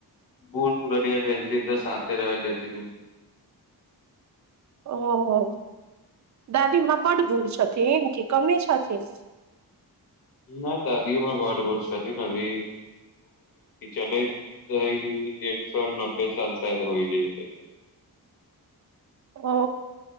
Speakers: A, on the left (about 65°); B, on the right (about 50°).
A: बूढ़ पूर्णिया भेलथिन तऽ साथे रहल हथिन की।
B: ओ दादी बड गूर छथिन की कमे छथिन?
A: नहि दादीयो बड भ छथिन अभी चलैत एक सए नब्बे साल शायद होइ जेतय।
B: ओ